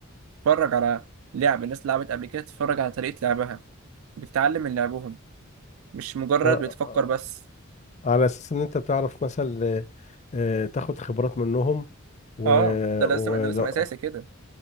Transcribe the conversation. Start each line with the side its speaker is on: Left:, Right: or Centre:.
Right: تتفرج على لعب الناس لعبت قبل كده تتفرج على طريقة لعبها بتتعلم من لعبهم مش مجرد
Left: اه آه.
Right: بتفكر
Left: آه،
Right: بس
Left: على اساس ان انت بتعرف مثلا آه، تاخد خبرات منهم و
Right: اه ده
Left: ولو
Right: لازم ده لازم اساسي كده